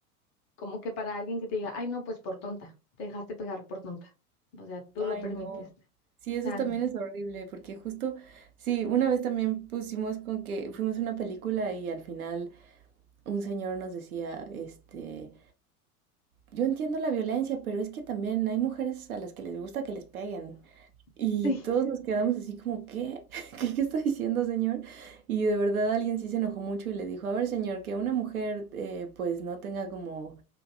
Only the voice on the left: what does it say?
como que para alguien que te diga, ay, no, pues por tonta, te dejaste pegar por tonta, o sea, tú lo
permitiste.
O sea,
<laughs> sí,